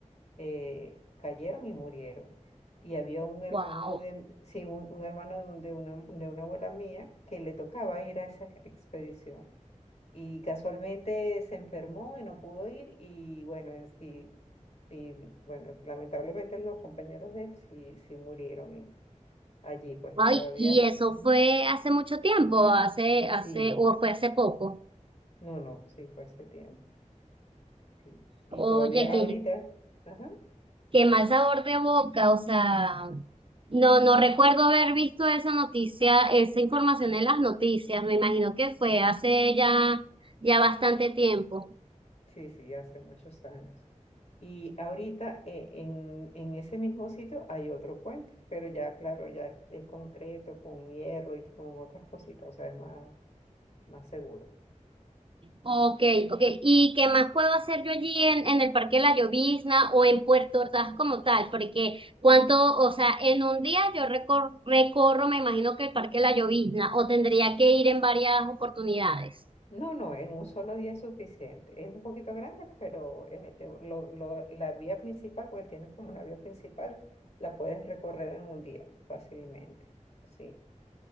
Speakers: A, on the left; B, on the right.
A: eh, cayeron y murieron. Y había un hermano
B: Wow.
A: de, sí, un, un hermano de, un- de una, de una abuela mía que le tocaba ir a esa ex- expedición. Y casualmente se enfermó y no pudo ir. Y bueno, es- y, y, bueno, lamentablemente los compañeros de él sí, sí murieron allí, pues
B: Ay,
A: todavía,
B: y eso
A: Ujú.
B: fue hace mucho tiempo, hace, hace,
A: sí,
B: o fue hace poco.
A: no, no, sí, fue hace tiempo, sí. Y
B: Oye,
A: todavía
B: qué,
A: ahorita, ajá,
B: qué mal sabor de boca, o sea, No, no recuerdo haber visto esa noticia, esa información en las noticias. Me imagino que fue hace ya, ya bastante tiempo.
A: sí, sí, hace muchos años. Y ahorita eh, en, en ese mismo sitio hay otro puente, pero ya, claro, ya es concreto, con hierro y con otras cositas, o sea, es más, más seguro.
B: Ok, ok. ¿Y qué más puedo hacer yo allí en, en el Parque La Llovizna o en Puerto Ordaz como tal? Porque cuánto, o sea, en un día yo recor- recorro, me imagino que el Parque La Llovizna, o tendría que ir en varias oportunidades.
A: No, no, en un solo día es suficiente. Es un poquito grande, pero eh, eh, lo- lo- la vía principal, porque tiene como una vía principal, la puedes recorrer en un día fácilmente. Sí.